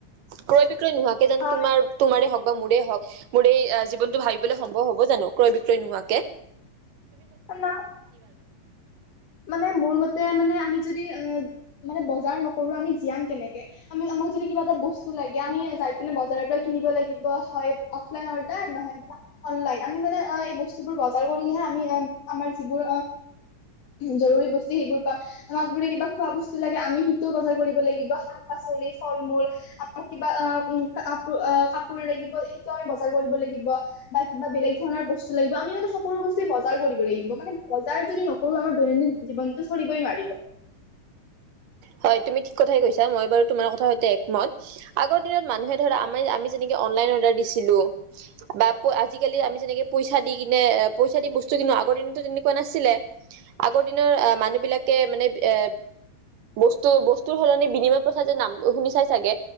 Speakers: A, on the right (about 75°); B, on the left (about 50°).
A: ক্ৰয় বিক্ৰয় নোহোৱাকে যোনো
B: হয়।
A: তোমাৰ, তোমাৰে হওঁক বা মোৰে হওঁক মোৰেই আজি। জীৱনো ভাবিবলে সম্ভ হ'ব জানো, ক্ৰয় বিক্ৰয় নোহাকে।
B: ন, মানে মোৰ মতে মানে আমি যদি অ। মানে বজাৰ নকৰোঁ আমি জীয়াম কেনেকে। আমি আমাক যদি কিবা এটা বস্তু লাগে আমি পিনে বজাৰৰ পৰা কিনিব লাগিব। হয় অহ। লন অৰ্ডাৰ নহয় অনলাইন আমি মানে অ এই বস্তুবোৰ বজাৰ কৰিলেহে আমি--এ। আমাৰ যিবোৰ জৰুৰী বস্তু সেইবোৰ আমাক বোৰে কিবা খোৱা বস্তু লাগে আমি। শীটো বজাৰ কৰিব লাগিব শাক-পাচলি ফল মূল। আকৌ কিবা অ উ কাপোৰ, কাপোৰ লাগিব সেইটো আমি বজাৰ কৰিব লাগিব। বা কিবা বেলেগ ধৰণৰ বস্তু লাগিব, আমি মানে সকল ব্তুে বজাৰ কৰিম। লিব মানে বজাৰ যদি নকৰো আমাৰ দৈনন্দিন জীৱনতটো চলিবই নোৱাৰিব।
A: হয়, তুমি ঠিক কথাই কৈছা মই বাৰু তোমাৰ কথা সৈতে একমত। আগৰ দিনত মানুহে ধৰা আম আমি যেনেকে অনলাইন অৰ্ডাৰ দিছিলোঁ। বা আজিিকালি আমি যেনেকে পইচা দি কিনে, পইচা দি বস্তু কিন্তু আগৰ দিনতো তেনেকুৱা নাছিলে। আগৰ দিনৰ আহ মানুহ বিলাকে মানে এ। বস্তু বস্তুৰ সলনি বিনিময় প্ৰথাাৰ যে নামটো শুনি চাই চাগে।